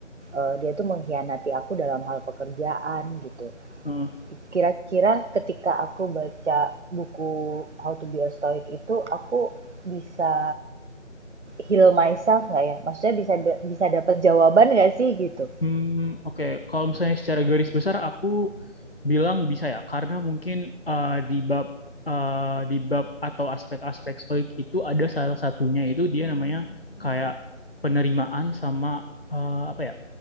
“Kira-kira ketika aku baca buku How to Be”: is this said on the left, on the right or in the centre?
Right